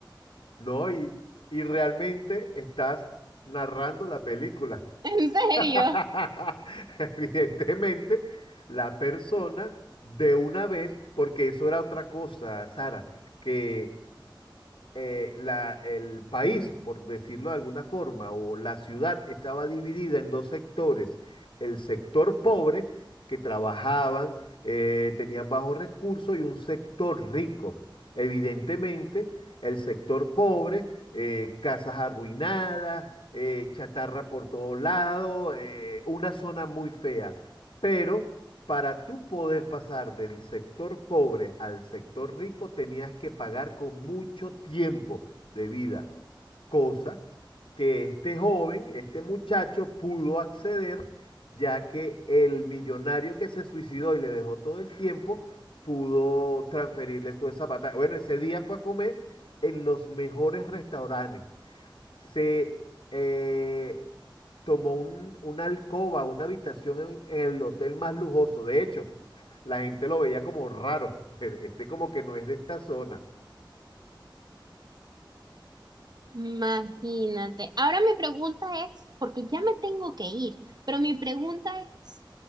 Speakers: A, on the left (about 90°); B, on the right (about 55°).
A: No, y, y realmente estás narrando la película.
B: En serio.
A: <laughs> Evidentemente, la persona de una vez, porque eso era otra cosa, Sara, que eh, la- el país, por decirlo de alguna forma, o la ciudad estaba dividida en dos sectores. El sector pobre, que trabajaban, eh, tenían bajos recursos, y un sector rico. Evidentemente, el sector pobre, eh, casas arruinadas, eh, chatarra por todos lados, eh, una zona muy fea. Pero para tú poder pasar del sector pobre al sector rico, tenías que pagar con mucho tiempo de vida, cosa que este joven, este muchacho pudo acceder, ya que el millonario que se suicidó y le dejó todo el tiempo, pudo transferirle toda esa batalla. Bueno, ese día fue a comer en los mejores restaurantes se eh, tomó un- una alcoba, una habitación en, en el hotel más lujoso. De hecho, la gente lo veía como raro. <laughs> Este como que no es de esta zona.
B: Imagínate. Ahora mi pregunta es, porque ya me tengo que ir, pero mi pregunta es,